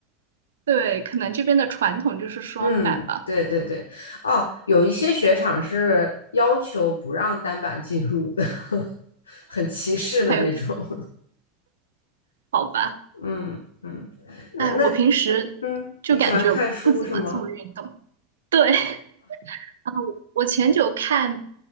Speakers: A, on the right; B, on the left.
A: <laughs> 对，可能这边的传统就是双板吧。
B: 嗯，对对对。哦，有一些雪场是要求不让单板进入的，<laughs> 很歧视的那种。
A: 还有这种，
B: <laughs>
A: 好吧？
B: 嗯嗯，那那
A: 哎，我平时就感觉不怎么做运动。
B: 嗯，你喜欢看书是吗？
A: 对，<laughs> 然后我前久看，